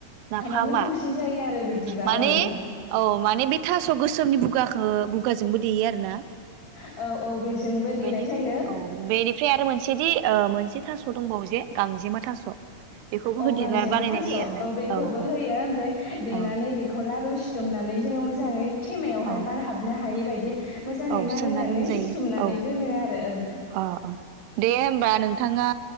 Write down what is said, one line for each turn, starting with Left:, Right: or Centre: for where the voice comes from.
Right: नाफामा
Left: गोथावसिन जायो आरो बिदिबा औ
Right: माने औ माने बे थास गोसोमनि बु बुगाखौ बुगाजोंबो देयो आरो ना।
Left: औ औ बेजोंबो
Right: <unintelligible>
Left: देनाय
Right: बेनि
Left: जायो
Right: बेनिफ्राय आरो मोनसेदि मोनसे ओ थास दंबावो जे गांजेमा थास' बेखौबो
Left: औ
Right: होदेरना
Left: गांजेमा
Right: बानायनाय
Left: थास
Right: जायो आरो ना
Left: औ बे खौबो
Right: औ
Left: होयो ओमफ्राय देनानै
Right: औ
Left: बेखौ लारु सिथुमनानै जोङो <unintelligible> मोजाङै थेमायावहाय
Right: औ
Left: बार हाबनो हायि बायदि मोजाङै
Right: औ
Left: मारिनानै
Right: सोमना दोनजायो
Left: सिथुमनानै
Right: औ
Left: दोनो आरो ओ
Right: अ अ दे होमबा नोंथाङा